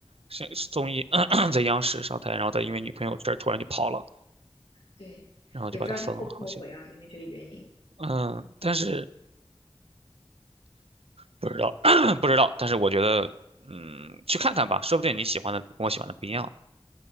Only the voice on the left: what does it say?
对，
也不知道他后不后悔啊，
因为这个原因。